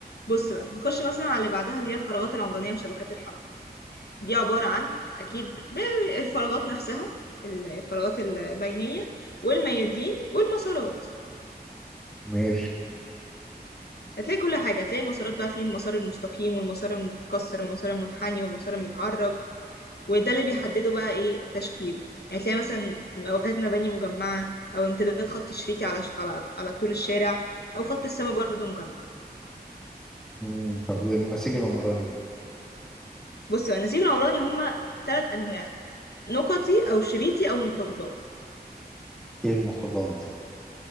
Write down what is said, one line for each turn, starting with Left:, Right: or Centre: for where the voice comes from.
Left: بص بقى نخش مثلا على اللي بعدها اللي هي الفراغات العمرانيه وشبكات الحركه دي عبارة عن أكيد بالفراغات نفسها الفراغات البينية والميادين والمسارات
Centre: ماشي
Left: هتلاقي كل حاجة هتلاقي المسارات بقى فيه المسار المستقيم والمسار المتكسر والمسار المنحني والمسار المتعرج وده اللي بيحدده بقى إيه التشكيل يعني تلاقي مثلا واجهات مباني مجمعة أو امتداد خط شريطي على على على طول الشارع أو خط السماء برضه مجمع
Centre: مم، طب والنسيج العمراني
Left: بص بقى النسيج العمراني هما تلات أنواع نقطي أو شريطي أو متضاد
Centre: ايه المتضامن ده